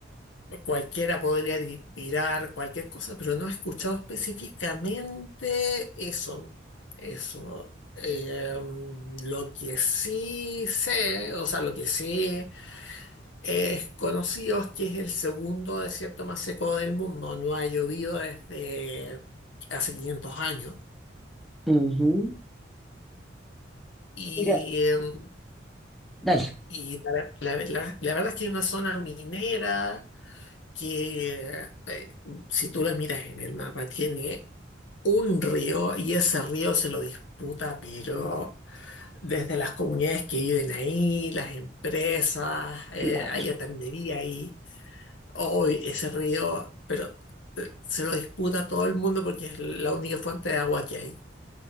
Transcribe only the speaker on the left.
cualquiera podría ti- tirar cualquier cosa, pero no he escuchado específicamente eso. Eso. Eh, lo que sí sé, o sea, lo que sí. Es conocido que es el segundo desierto más seco del mundo. No ha llovido desde hace 500 años.
Y,
eh,
y la, ver- la ver- la- la verdad es que es una zona minera que, eh, si tú la miras en el mapa, tiene un río y ese río se lo disputa, pero desde las comunidades que viven ahí, las empresas, eh,
hay atendería ahí. Hoy ese río, pero eh, se lo disputa todo el mundo porque es la única fuente de agua que hay.